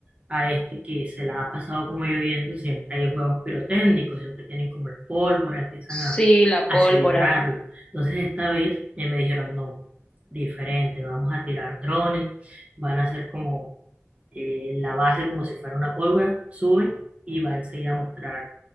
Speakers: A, on the right (about 25°); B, on the left (about 20°).
A: a este que se la ha pasado como lloviendo, siempre hay juegos pirotécnicos, siempre tienen como la pólvora, empiezan
B: Sí,
A: a,
B: la
A: a
B: pólvora.
A: celebrarlo. Entonces esta vez eh, me dijeron, no, diferente, vamos a tirar drones, van a hacer como eh, la base como si fuera una pólvora, suben y va enseguida a mostrar